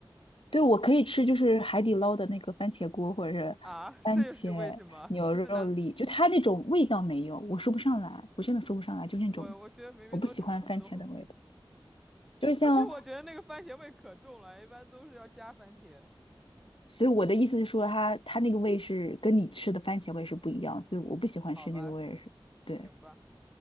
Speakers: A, on the left; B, in the centre.
A: 对，我可以吃就是海底捞的那个番茄锅，或者是番茄牛肉粒，
B: <laughs> 啊，这又是为什么？<laughs> 这难，
A: 就它那种味道没有，我说不上来，我真的说不上来，就那种
B: 我我觉得明明都差不多，
A: 我不喜欢番茄的味道，
B: <laughs>
A: 就是像，
B: 而且我觉得那个番茄味可重了，一般都是要加番茄。
A: 所以我的意思是说它，它那个味是跟你吃的番茄味是不一样，所以我不喜欢吃那个味是，
B: 好吧，
A: 对，
B: 行吧。